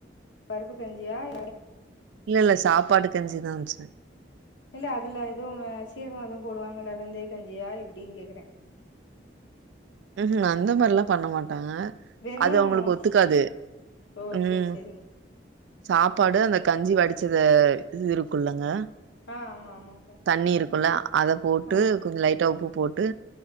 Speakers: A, on the left; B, on the right.
A: பருப்பு கஞ்சியா <inaudible>
B: இல்ல இல்ல சாப்பாடு கஞ்சிதா வெச்சே
A: இல்ல அதுல எதுவு சீரகோ எதுவு போடுவாங்கலா வெந்தய கஞ்சியா எப்டின்னு கேக்குறே
B: ம் ம் அந்த மாரில்லா பண்ண மாட்டாங்க
A: வெறும்
B: அது அவுங்களுக்கு ஒத்துக்காது
A: ஸ்- ஓ
B: ம்
A: சேரி சேரிங்க
B: சாப்பாடு அந்த கஞ்சி வடிச்சத இது இருக்குள்ளங்க
A: ஆ ஆமா ஆமாங்க்கா
B: தண்ணி இருக்குல்ல அத போட்டு
A: ஆ
B: கொஞ்ச லைட்டா உப்பு போட்டு